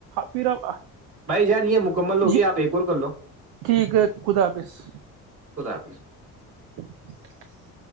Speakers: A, on the right; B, on the right.
A: پھر آپ
B: بھائی جان یہ مکمل ہوگی
A: یہ
B: آپ ایک اور کر لو
A: ٹھیک ہے خدا حافظ <unintelligible>
B: کدپ <unintelligible>
A: <inaudible>